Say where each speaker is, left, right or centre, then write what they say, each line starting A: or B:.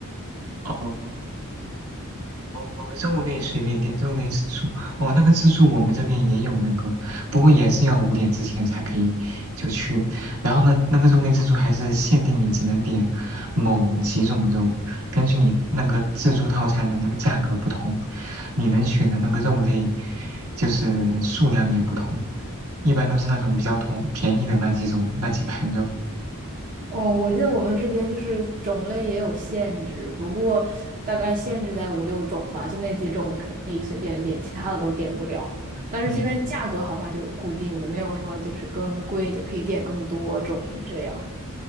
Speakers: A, on the right; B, on the right.
A: 哦，哦，肉类随便点，肉类自助。哦，那个自助我们这边也有那个，不过也是要五点之前才可以就去。然后呢，那个肉类自助还是限定你只能点某几种肉，根据你那个自助套餐的那个价格不同，你能选的那个肉类就是数量也不同，一般都是那种比较同便宜的那几种那几盘肉。
B: 哦，我记得我们这边就是种类也有限制，不过大概限制在五六种吧，就那几种你可以随便点，其他的都点不了。但是这边价格好像就是固定的，
A: 嗯。
B: 没有说就是更贵就可以点更多种这样。